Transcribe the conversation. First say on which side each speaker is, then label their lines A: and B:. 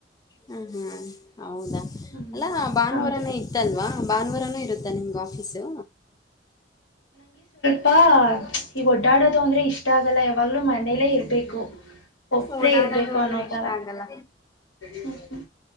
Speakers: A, on the left; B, on the left.
A: ಹ ಹಾ ಹೌದಾ
B: ಹ್ಮ್
A: ಅಲ್ಲಾ ಭಾನುವಾರನ
B: ಹೌದು
A: ಇತ್ತಲ್ವಾ ಭಾನುವಾರನೂ ಇರು ನಿಮಗೆ ಆಫೀಸು.
B: ಬಾರ್ ಈ ಒಡ್ಡಾಡೋದು ಅಂದ್ರೆ ಇಷ್ಟ ಆಗಲ್ಲ ಯಾವಾಗ್ಲೂ ಮನೇಲೆೇ ಇರ್ಬೇಕು ಒಬ್ರೇ
A: ಓಡಾಡೋದು
B: ಇರ್ಬೇಕು
A: ಅಂದ್ರೆ
B: ಅನ್ನೋ
A: ಇಷ್ಟ
B: ತರ
A: ಆಗಲ್ಲ
B: ಹ್ಮ,